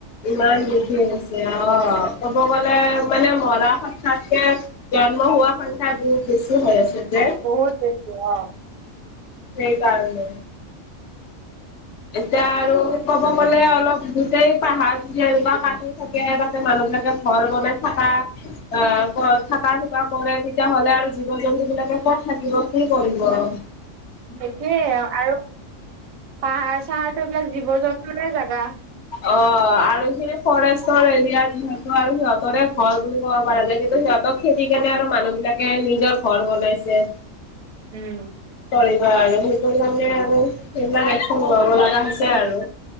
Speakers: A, on the left; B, on the right.
A: ইমান বৃদ্ধি হৈ আছে অহ। ক'ব গ'লে মানে মৰা। বেছি হৈ আছে যে সেইকাৰণে
B: বহুত বেছি অ
A: এতিয়া আৰু ক'ব গ'লে অলপ গোতেই পাহাৰ যদি এনেকোৱা কাটি থাকে তাতে মানুহ এনেকে ঘৰ বনাই থাকা অ থকা চুকা কৰে তেতিয়াহলে আৰু জীৱ জন্তু বিলাক ক'ত থাকিব কি কৰিব আৰু
B: সেটোয়ে আৰু পাহাৰ চাহাৰতো এইবিলাক জীৱ জন্তুৰে জাগা
A: অ আৰু সি ফৰেষ্টৰ এৰিয়া যিহেতু আৰু সিহঁতৰে ঘৰ বুলি ক'ব পৰা যায় কিন্তু সিহঁতক খেদি কেনে আৰু মানুহ বিলাকে নিজৰ ঘৰ বনাইছে
B: উম
A: কৰিবা আৰু সেইটো কাৰণে আৰু সেইবিলাক এক্সন লব লগা হৈছে আৰু